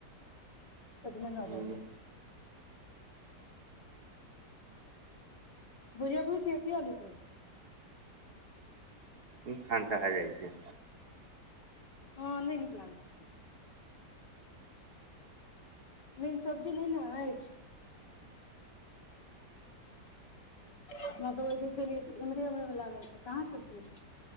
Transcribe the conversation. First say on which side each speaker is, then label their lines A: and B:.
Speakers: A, on the left; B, on the right.
A: सजमैन
B: ह
A: अदउरी भुजिया बुजियआ की अलू के
B: उ ठण्डा जाइ छै।
A: हँ नहि नीक लागै छै ठंडा मेन सब्जी नइ न अछि अपना सब ओ दिनर से एलियै से इमहरे उमहरे मे लागल छी कहाँ सबजी एलै